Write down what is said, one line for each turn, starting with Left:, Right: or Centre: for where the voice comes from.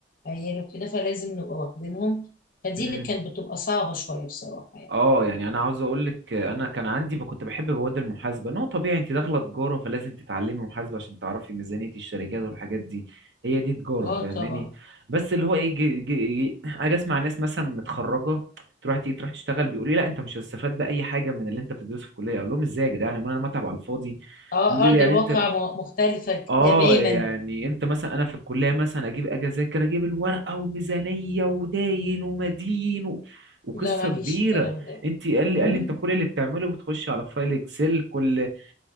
Left: عيال وكده فلازم نبقى واخدينهم فدي
Right: مم.
Left: اللي كانت بتبقى صعبة شوية بصراحة يعني
Right: اه يعني انا عاوز اقول لك انا كان عندي كنت بحب مواد المحاسبه ان هو طبيعي انت داخله تجاره فلازم تتعلمي محاسبه عشان تعرفي ميزانيه الشركات والحاجات دي هي دي تجاره
Left: اه
Right: فاهماني
Left: طبعا
Right: بس اللي هو ايه جي جي جي اجي اسمع ناس مثلا متخرجه تروح تيجي تروح تشتغل بيقول لي لا انت مش هتستفاد باي حاجه من اللي انت بتدرسه في الكليه اقول لهم ازاي يا جدعان امال انا متعب على الفاضي
Left: اه
Right: بيقولوا
Left: أرض
Right: لي يعني
Left: الواقع
Right: انت
Left: م- مختلفة
Right: اه
Left: تماما
Right: يعني انت مثلا انا في الكليه مثلا اجيب اجي اذاكر اجيب الورقه وميزانيه وداين ومدين و... وقصه
Left: لا ما
Right: كبيره
Left: فيش الكلام ده
Right: انت قال لي
Left: امم
Right: قال لي انت كل اللي بتعمله بتخش على فايل اكسل كل